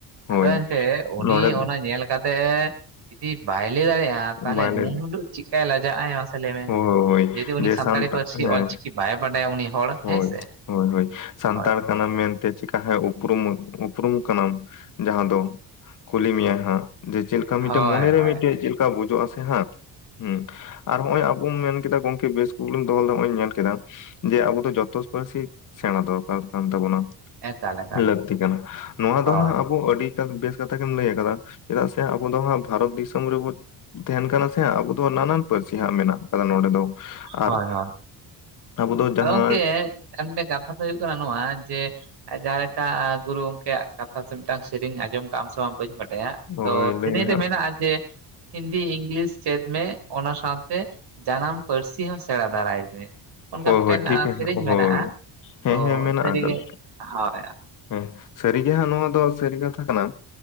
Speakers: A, on the left; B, on the right.
A: ᱦᱳᱭ
B: ᱾ᱟᱫᱚ ᱮᱱᱛᱮ ᱩᱱᱤ
A: ᱱᱚᱰᱮ ᱫᱚ
B: ᱚᱱᱟ ᱧᱮᱞ ᱪᱤᱠᱟᱹᱛᱮ ᱡᱩᱫᱤ ᱵᱟᱭ ᱞᱟᱹᱭ ᱫᱟᱲᱮᱭᱟᱜ-ᱟ, ᱛᱟᱦᱚᱞᱮ
A: ᱢᱟᱱᱮ
B: ᱱᱩᱱᱟᱹᱜ ᱦᱤᱞᱳᱜ ᱪᱮᱫᱠᱟᱭ ᱞᱟᱡᱟᱜ ᱟᱭ ᱢᱟᱥᱮ ᱞᱟᱹᱭ ᱢᱮ?
A: ᱦᱳᱭ ᱦᱳᱭ
B: ᱡᱩᱫᱤ ᱩᱱᱤ
A: ᱡᱮ
B: ᱥᱟᱱᱛᱟᱲᱤ
A: ᱥᱟᱱᱛᱟ
B: ᱯᱟᱹᱨᱥᱤ
A: ᱦᱮᱸ
B: ᱚᱞᱪᱤᱠᱤ ᱵᱟᱭ ᱵᱟᱰᱟᱭᱟ ᱩᱱᱤ ᱦᱚᱲ
A: ᱦᱳᱭ
B: ᱦᱮᱸ ᱥᱮ᱾
A: ᱦᱳᱭ ᱦᱳᱭ, ᱥᱟᱱᱛᱟᱲ
B: ᱦᱳᱭ
A: ᱠᱟᱱᱟᱢ ᱢᱮᱱᱛᱮ ᱪᱤᱠᱟ ᱩᱯᱨᱩᱢ ᱩᱯᱨᱩᱢ ᱠᱟᱱᱟᱢ ᱡᱟᱦᱟᱸ ᱫᱚ ᱠᱩᱞᱤ ᱢᱮᱭᱟᱭ ᱦᱟᱸᱜ ᱡᱮ, ᱪᱮᱫᱮᱠᱟ ᱢᱤᱫᱴᱮᱡ
B: ᱦᱳᱭ
A: ᱢᱚᱱᱮᱨᱮ
B: ᱦᱳᱭ,
A: ᱢᱤᱫᱴᱮᱡ ᱪᱮᱫ ᱞᱮᱠᱟ ᱵᱩᱡᱩᱜ-ᱟ ᱥᱮ ᱦᱟᱸᱜ ᱦᱩᱸ, ᱟᱨ ᱱᱚᱜ-ᱚᱭ ᱟᱵᱚᱢ ᱢᱮᱱᱠᱮᱫᱟ ᱜᱚᱝᱠᱮ ᱵᱮᱥ ᱤᱥᱠᱩᱞᱮᱢ ᱫᱚᱦᱚ ᱞᱮᱫᱟ ᱱᱚᱜ-ᱚᱭᱤᱧ ᱧᱮᱞ ᱠᱮᱫᱟ᱾ ᱡᱮ, ᱟᱵᱚ ᱫᱚ ᱡᱷᱚᱛᱚ ᱯᱟᱹᱨᱥᱤ ᱥᱮᱬᱟ ᱫᱚᱨᱠᱟᱨ ᱠᱟᱱ ᱛᱟᱵᱚᱱᱟ᱾
B: ᱮᱠᱟᱞ ᱮᱠᱟᱞ
A: ᱞᱟᱹᱠᱛᱤ ᱠᱟᱱᱟ ᱾ᱱᱚᱣᱟ
B: ᱦᱳᱭ
A: ᱫᱚ ᱦᱟᱸᱜ ᱟᱵᱚ ᱟᱹᱰᱤ ᱵᱮᱥ ᱠᱟᱛᱷᱟ ᱜᱮᱢ ᱞᱟᱹᱭ ᱟᱠᱟᱫᱟ, ᱪᱮᱫᱟᱜ ᱥᱮ ᱟᱵᱚ ᱫᱚ ᱦᱟᱸᱜ ᱵᱷᱟᱨᱚᱛ ᱫᱤᱥᱚᱢ ᱨᱮᱵᱚ ᱛᱟᱦᱮᱱ ᱠᱟᱱᱟ ᱥᱮ ᱟᱵᱚ ᱫᱚ ᱱᱟᱱᱟᱱ ᱯᱟᱹᱨᱥᱤ ᱦᱟᱸᱜ ᱢᱮᱱᱟᱜ ᱠᱟᱫᱟ ᱱᱚᱰᱮ ᱫᱚ, ᱟᱨ
B: ᱦᱳᱭ ᱦᱳᱭ
A: ᱟᱵᱚ ᱫᱚ ᱡᱟᱦᱟᱸ
B: ᱟᱫᱚ ᱜᱚᱝᱠᱮ ᱟᱨ ᱢᱤᱫᱴᱮᱱ ᱠᱟᱛᱷᱟ ᱫᱚ ᱦᱩᱭᱩᱜ ᱠᱟᱱᱟ ᱱᱚᱣᱟ ᱡᱮ ᱡᱟᱦᱟᱸ ᱞᱮᱠᱟ ᱜᱩᱨᱩ ᱜᱚᱢᱠᱮᱭᱟᱜ ᱠᱟᱛᱷᱟ ᱥᱮ ᱢᱤᱫᱴᱟᱝ ᱥᱮᱨᱮᱧ ᱟᱸᱡᱚᱢ ᱠᱟᱜ ᱟᱢ ᱥᱮ ᱵᱟᱝ ᱵᱟᱹᱧ ᱵᱟᱰᱟᱭᱟ? ᱟᱫᱚ,
A: ᱦᱳᱭ
B: ᱥᱮᱨᱮᱧ
A: ᱞᱟᱹᱭ ᱢᱮ
B: ᱨᱮ
A: ᱦᱟᱸᱜ
B: ᱢᱮᱱᱟᱜᱼᱟ ᱡᱮ ᱦᱤᱱᱫᱤ, ᱤᱝᱞᱤᱥ ᱪᱮᱫ ᱢᱮ, ᱚᱱᱟ ᱥᱟᱶᱛᱮ ᱡᱟᱱᱟᱢ ᱯᱟᱹᱨᱥᱤ ᱦᱚᱸ ᱥᱮᱬᱟ ᱫᱟᱨᱟᱭ ᱢᱮ᱾ ᱚᱱᱠᱟ
A: ᱦᱳᱭ
B: ᱢᱤᱫᱴᱮᱱ
A: ᱦᱳᱭ ᱴᱷᱤᱠ ᱮ
B: ᱥᱮᱨᱮᱧ
A: ᱦᱳᱭ
B: ᱢᱮᱱᱟᱜᱼᱟ ᱛᱚ
A: ᱦᱮᱸ ᱦᱮᱸ ᱢᱮᱱᱟᱜ
B: ᱥᱟᱹᱨᱤᱜᱮ
A: ᱟᱠᱟᱫᱟ᱾
B: ᱦᱳᱭ
A: ᱦᱮᱸ ᱥᱟᱹᱨᱤᱜᱮ ᱦᱟᱸᱜ ᱱᱚᱣᱟ ᱫᱚ ᱥᱟᱹᱨᱤ ᱠᱟᱛᱷᱟ ᱠᱟᱱᱟ